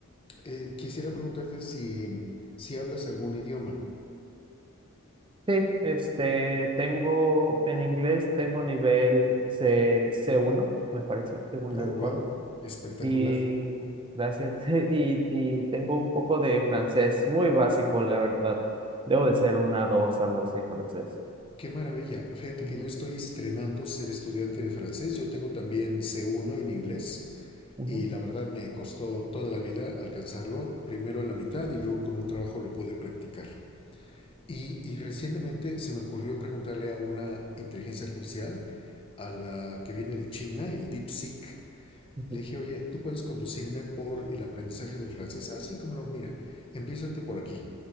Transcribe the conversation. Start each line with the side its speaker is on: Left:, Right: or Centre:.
Left: Eh, quisiera preguntarte si, si hablas algún idioma.
Right: Sí, este, tengo en inglés, tengo nivel C, C1, me parece, según
Left: Oh,
Right: yo
Left: wow,
Right: recuerdo,
Left: espectacular.
Right: y gracias, <laughs> y, y tengo un poco de francés, muy básico, la verdad. Debo de ser una dos, algo así en francés.
Left: Qué maravilla. Fíjate
Right: Ujú,
Left: que yo estoy estrenando ser estudiante de francés. Yo tengo también C1 en inglés
Right: ujú.
Left: y la verdad me costó toda la vida alcanzarlo, primero a la mitad y luego con un trabajo lo pude practicar. Y, y recientemente se me ocurrió preguntarle a una inteligencia artificial, a la que viene de China, el DeepSeek,
Right: ujú.
Left: le dije, oye, ¿tú puedes conducirme por el aprendizaje del francés? Ah, sí, cómo no, mira, empiézate por aquí.